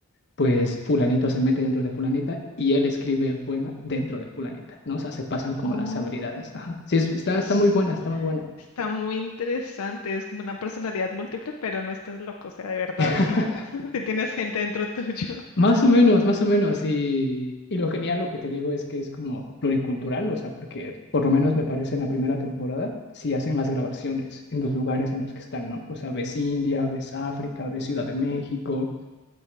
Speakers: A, on the left; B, on the left.
A: Pues fulanito se mete dentro de fulanita y él escribe el poema dentro de fulanita, ¿no? O sea, se pasan como
B: Oh.
A: las habilidades. Ajá. Sí, es- está,
B: es-
A: está muy buena, está muy buena.
B: Está muy interesante, es como una personalidad múltiple, pero no estás loco, o sea, de verdad
A: <laughs>
B: sí, <laughs> te tienes gente dentro tuyo.
A: Más o menos, más o menos. Y, y lo genial, lo que te digo es que es como pluricultural, o sea, porque por lo menos me parece en la primera temporada, si hacen las grabaciones en los lugares en los que están, ¿no? O sea, ves India, ves África, ves Ciudad de México,